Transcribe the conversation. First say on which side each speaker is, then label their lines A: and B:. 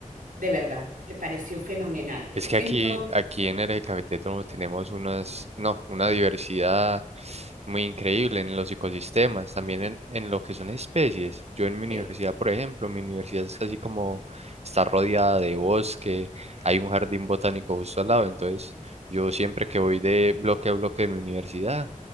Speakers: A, on the right; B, on the right.
A: de verdad, le pareció fenomenal.
B: Es que
A: Entonces,
B: aquí, aquí en el Cafetero tenemos unas, no, una diversidad muy increíble en los ecosistemas, también en, en lo que son especies. Yo en mi universidad,
A: sí.
B: por ejemplo, mi universidad es casi como está rodeada de bosque, hay un jardín botánico justo al lado, entonces yo siempre que voy de bloque a bloque de mi universidad,